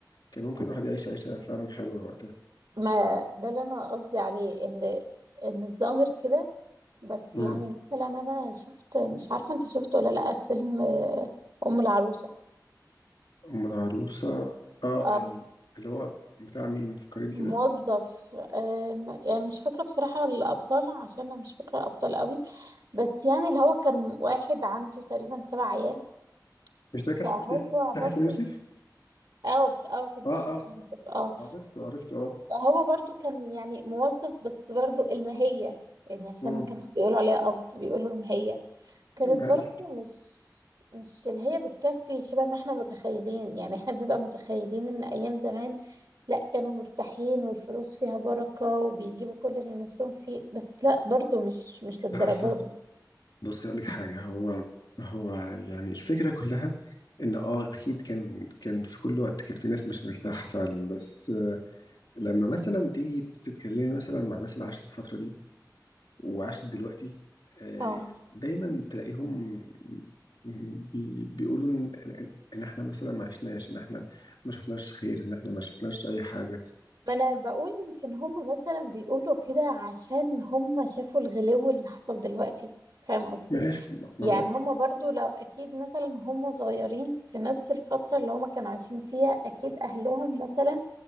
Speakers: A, on the left (about 80°); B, on the right (about 70°).
A: كان ممكن الواحد يعيش عيشة فعلا حلوة وقتها
B: ما ده اللي انا قصدي عليه ان ان الظاهر كده بس
A: مم.
B: يعني مثلا انا شفت مش عارفه انت شفته ولا لا فيلم آه، ام العروسه
A: أم العروسة اه
B: آه،
A: ال- اللي هو بتاع مين فكريني كده
B: موظف آه، م- يعني مش فاكره بصراحه الابطال عشان انا مش فاكره الابطال قوي بس يعني اللي هو كان واحد عنده تقريبا سبع عيال
A: مش ده
B: فهو
A: كان في في
B: برضو
A: حسن يوسف
B: اه اه كان
A: اه
B: في حسن
A: اه
B: يوسف اه
A: عرفته عرفته اه
B: فهو برضو كان يعني موظف بس برضو المهيه يعني عشان
A: مم.
B: ما كانش بيقولوا عليها قبض بيقولوا المهيه كانت
A: ما
B: برضه
A: هي-
B: مش مش اللي هي بتكفي شبه ما احنا متخيلين يعني احنا بنبقى متخيلين ان ايام زمان لا كانوا مرتاحين والفلوس فيها بركة وبيجيبوا كل اللي نفسهم فيه بس لا برضه مش مش للدرجة
A: عارفة
B: دي
A: بصي أقول لك حاجة هو هو يعني الفكرة كلها ان اه اكيد كان كان في كل وقت كان في ناس مش مرتاحه فعلا بس آه، لما مثلا تيجي تتكلمي مثلا مع الناس اللي عاشت الفتره دي وعاشت دلوقتي آه،
B: اه
A: دايما تلاقيهم بي بيقولوا ان ان إن احنا مثلا ما عشناش ان احنا ما شفناش خير ان احنا ما شفناش اي حاجه
B: ما انا بقول يمكن هم مثلا بيقولوا كده عشان هم شافوا الغلو اللي حصل دلوقتي فاهم قصدي
A: ماشي ما
B: يعني
A: هو
B: هم برضو لو اكيد مثلا هم صغيرين في نفس الفترة اللي هم كانوا عايشين فيها اكيد اهلهم مثلا